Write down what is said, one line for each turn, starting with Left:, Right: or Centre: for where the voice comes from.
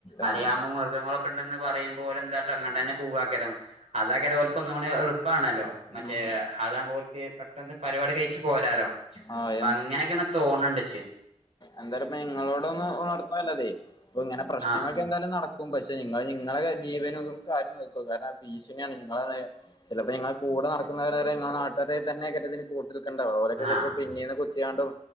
Left: ആഹ്
Right: അല്യാമ്പോ മൃഗങ്ങളൊക്ക ഉണ്ടന്ന് പറയുമ്പോ ഓലെന്താട്ടോ അങ്ങട്ടെന്നെ പൂവാക്കരം അതൊക്കെലൊ ഓലക്ക് ഒന്നും കൂടിം എളുപ്പാണല്ലോ മറ്റേ
Left: ഉം
Right: ആതാവുമ്പോലക്ക് പെട്ടെന്ന് പരിപാടി കഴിച്ചു പോരാലോ
Left: ആഹ്
Right: അപ്പൊ അങ്ങനെക്കെണ് തോണ് ണ്ട് ച്ച്
Left: എന്തായാലപ്പ നിങ്ങളോട ഒന്നും ഉണർത്താ ലത് ഇപ്പൊ ഇങ്ങനെ പ്രശ്നങ്ങ
Right: ആഹ്
Left: എന്തായാലും നടക്കും പക്ഷെ നിങ്ങ നിങ്ങളുടെ ജീവനും കാര്യം നോക്കുള്ളൂ കാരണം ഭീഷണിയാണ് നിങ്ങള ചിലപ്പോ നിങ്ങൾ കൂടെ നടക്കുന്നവര നാട്ടുകാര തന്നെ കാരം ഇതിന് കു ൽക്കണ്ട ഓലെക്കെ
Right: ആഹ്
Left: ചിലപ്പോ പിന്നീട് കുത്തിയാണ്ടും